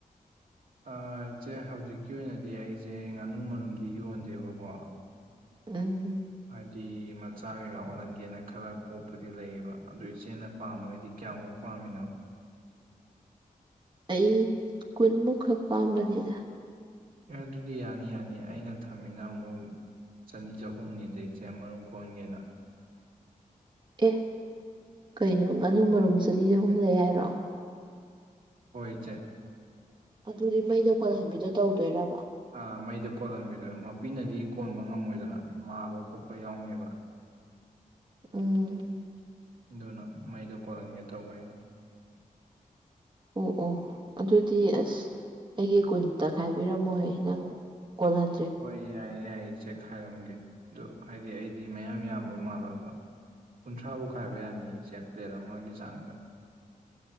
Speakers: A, on the right; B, on the right.
A: ꯑꯥ ꯏꯆꯦ ꯍꯧꯖꯤꯛꯀꯤ ꯑꯣꯏꯅꯗꯤ ꯑꯩꯖꯦ ꯉꯥꯅꯨ ꯃꯔꯨꯝꯗꯤ ꯌꯣꯟꯗꯦꯕꯀꯣ
B: ꯎꯝ
A: ꯍꯥꯏꯗꯤ ꯃꯆꯥ ꯀꯩꯀꯥ ꯑꯣꯜꯍꯟꯒꯦꯅ ꯈꯔ ꯀꯣꯛꯄꯗꯤ ꯂꯩꯌꯦꯕ ꯑꯗꯨ ꯏꯆꯦꯅ ꯄꯥꯝꯃꯒꯗꯤ ꯀꯌꯥꯃꯨꯛ ꯄꯥꯝꯃꯤꯅꯣ
B: ꯑꯩ ꯀꯨꯟꯃꯨꯛꯈꯛ ꯄꯥꯝꯕꯅꯤꯗ
A: ꯑꯦ ꯑꯗꯨꯗꯤ ꯌꯥꯅꯤ ꯌꯥꯅꯤ ꯑꯩꯅ ꯊꯝꯃꯤꯅ ꯑꯃꯨꯛ ꯆꯅꯤ ꯆꯍꯨꯝꯅꯤꯗ ꯏꯆꯦ ꯃꯔꯨꯝ ꯀꯣꯛꯍꯟꯒꯦꯅ
B: ꯑꯦ ꯀꯩꯅꯣ ꯉꯥꯅꯨ ꯃꯔꯨꯝ ꯆꯅꯤ ꯆꯍꯨꯝ ꯂꯩ ꯍꯥꯏꯔꯣ
A: ꯍꯣꯏ ꯏꯆꯦ
B: ꯑꯗꯨꯗꯤ ꯃꯩꯗ ꯀꯣꯜꯍꯟꯕꯤꯗꯣ ꯇꯧꯗꯣꯏꯔꯕꯥ
A: ꯑꯥ ꯃꯩꯗꯥ ꯀꯣꯜꯍꯟꯕꯤꯗꯣ ꯃꯄꯤꯅꯗꯤ ꯀꯣꯟꯕ ꯉꯝꯃꯣꯏꯗꯅ ꯃꯥꯕ ꯈꯣꯠꯄ ꯌꯥꯎꯅꯦꯕ
B: ꯎꯝ
A: ꯑꯗꯨꯅ ꯃꯩꯗꯥ ꯀꯣꯜꯍꯟꯒꯦ ꯇꯧꯕ ꯑꯩꯅ
B: ꯑꯣ ꯑꯣ ꯑꯗꯨꯗꯤ ꯑꯁ ꯑꯩꯒꯤ ꯀꯨꯟꯇ ꯈꯥꯏꯕꯤꯔꯝꯃꯨꯍꯦ ꯅꯪ ꯀꯣꯜꯍꯟ
A: ꯍꯣꯏ ꯌꯥꯏꯌꯦ ꯌꯥꯏꯌꯦ ꯏꯆꯦ ꯈꯥꯏꯔꯝꯒꯦ ꯑꯗꯣ ꯍꯥꯏꯗꯤ ꯑꯩꯗꯤ ꯃꯌꯥꯝ ꯌꯥꯝꯕ ꯃꯥꯜꯂꯨꯔꯕꯥ ꯀꯨꯟꯊ꯭ꯔꯥꯕꯨꯛ ꯈꯥꯏꯕ ꯌꯥꯅꯤꯌꯦ ꯏꯆꯦ ꯄ꯭ꯂꯦꯠ ꯑꯃꯒꯤ ꯆꯥꯡꯗ